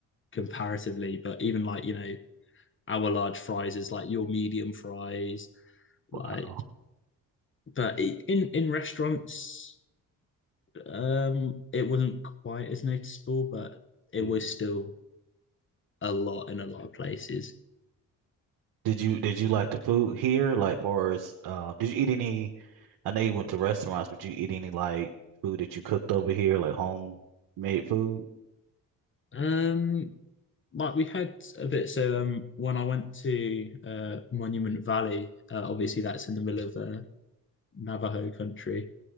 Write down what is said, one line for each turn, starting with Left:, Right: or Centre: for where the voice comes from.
Left: comparatively. But even like, you know, our large fries is like your medium fries, like
Right: Wow.
Left: but in in restaurants Um, it wasn't quite as noticeable, but it
Right: Mhm.
Left: was still a lot in a lot of places.
Right: Did you did you like the food here? Like for us, uh, did you eat any I know you went to restaurants, but you eat any like food that you cooked over here, like homemade food?
Left: Um, like we had a bit. So um, when I went to uh, Monument Valley, uh, obviously
Right: Mm,
Left: that's in the middle of uh, Navajo country.